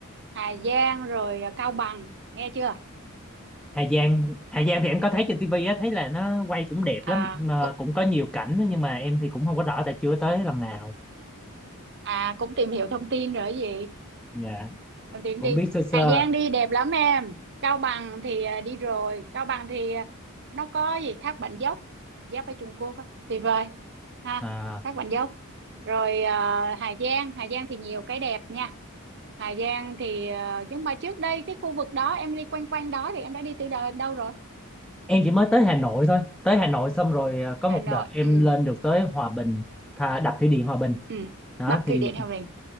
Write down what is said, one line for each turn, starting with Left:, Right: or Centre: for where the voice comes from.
Right: Hà Giang rồi à, Cao Bằng nghe chưa
Centre: Hà Giang Hà Giang thì em có thấy trên tivi á thấy là nó quay cũng đẹp lắm
Right: à
Centre: mà
Right: cũng
Centre: cũng có nhiều cảnh đó, nhưng mà em thì cũng không có rõ tại chưa tới lần nào
Right: à cũng tìm hiểu thông tin rồi gì
Centre: dạ
Right: Đồng Tiến
Centre: cũng
Right: đi
Centre: biết sơ
Right: Hà
Centre: sơ
Right: Giang đi đẹp lắm em Cao Bằng thì à, đi rồi Cao Bằng thì à, nó có gì thác Bản Dốc giáp với Trung Quốc á tuyệt vời ha
Centre: à,
Right: thác Bản Dốc rồi à, Hà Giang Hà Giang thì nhiều cái đẹp nha Hà Giang thì à, nhưng mà trước đây cái khu vực đó em đi quanh quanh đó thì em đã đi từ đờ- đâu rồi
Centre: em chỉ mới tới Hà Nội thôi tới Hà Nội xong rồi à, có
Right: Hà
Centre: một
Right: Nội
Centre: đợt em
Right: ừ
Centre: lên được tới Hòa Bình thà đập thủy điện Hòa Bình
Right: ừ
Centre: đó
Right: đập
Centre: thì
Right: thủy điện Hòa Bình